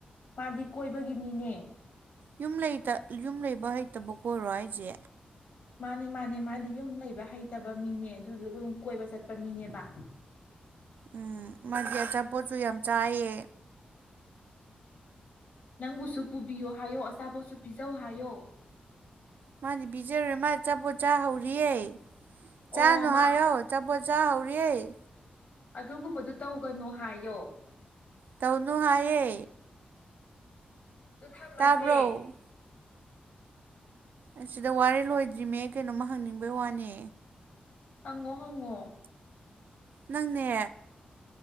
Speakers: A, on the left; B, on the right.
A: ꯃꯥꯗꯤ ꯀꯣꯏꯕꯒꯤ ꯃꯤꯅꯦ
B: ꯌꯨꯝ ꯂꯩꯇ ꯌꯨꯝ ꯂꯩꯕ ꯍꯩꯇꯕ ꯑꯣꯏꯔꯣ ꯑꯩꯁꯦ
A: ꯃꯥꯅꯤ ꯃꯥꯅꯦ ꯃꯥꯗꯤ ꯌꯨꯝ ꯂꯩꯕ ꯍꯩꯇꯕ ꯃꯤꯅꯦ ꯑꯗꯨꯗꯨꯒ ꯑꯗꯨꯝ ꯀꯣꯏꯕ ꯆꯠꯄ ꯃꯤꯅꯦꯕ
B: ꯎꯝ ꯃꯥꯗꯤ ꯑꯆꯥꯄꯣꯠꯁꯨ ꯌꯥꯝ ꯆꯥꯏꯌꯦ
A: ꯅꯪꯕꯨꯁꯨ ꯄꯨꯕꯤꯌꯨ ꯍꯥꯏꯌꯣ ꯑꯆꯥꯄꯣꯠꯁꯨ ꯄꯤꯖꯧ ꯍꯥꯏꯌꯣ
B: ꯃꯥꯗꯤ ꯄꯤꯖꯔꯨꯔꯦ ꯃꯥ ꯑꯆꯥꯄꯣꯠ ꯆꯥ ꯍꯧꯔꯤꯌꯦ ꯆꯥꯅꯨ
A: ꯑꯣ ꯃꯥ
B: ꯍꯥꯏꯌꯣ ꯆꯄꯣꯠ ꯆꯥ ꯍꯧꯔꯤꯑꯦ
A: ꯑꯗꯨꯒꯨꯝꯕꯗꯨ ꯇꯧꯒꯅꯨ ꯍꯥꯏꯌꯣ
B: ꯇꯧꯅꯨ ꯍꯥꯏꯌꯦ
A: ꯑꯗꯨ ꯊꯝꯃꯁꯦ
B: ꯇꯥꯕ꯭ꯔꯣ ꯑꯁꯤꯗ ꯋꯥꯔꯤ ꯂꯣꯏꯗ꯭ꯔꯤꯃꯦ ꯑꯩ ꯀꯩꯅꯣꯃ ꯍꯪꯅꯤꯡꯕꯩ ꯋꯥꯅꯦ
A: ꯍꯪꯉꯣ ꯍꯪꯉꯣ
B: ꯅꯪꯅꯦ